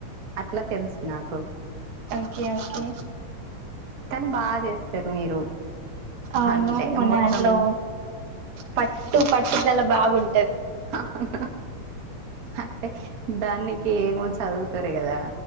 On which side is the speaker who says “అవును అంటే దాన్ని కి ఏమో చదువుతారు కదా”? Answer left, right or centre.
Right